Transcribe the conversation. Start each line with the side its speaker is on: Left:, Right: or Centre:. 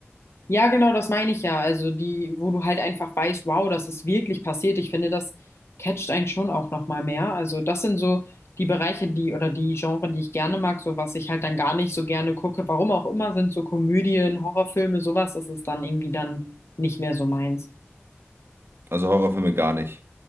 Left: Ja, genau, das meine ich ja. Also die, wo du halt einfach weißt, wow, das ist wirklich passiert. Ich finde, das catcht einen schon auch noch mal mehr. Also das sind so die Bereiche, die oder die Genre, die ich gerne mag, so was ich halt dann gar nicht so gerne gucke. Warum auch immer sind so Komödien, Horrorfilme, sowas, das ist dann irgendwie dann nicht mehr so meins.
Right: Also Horrorfilme gar nicht.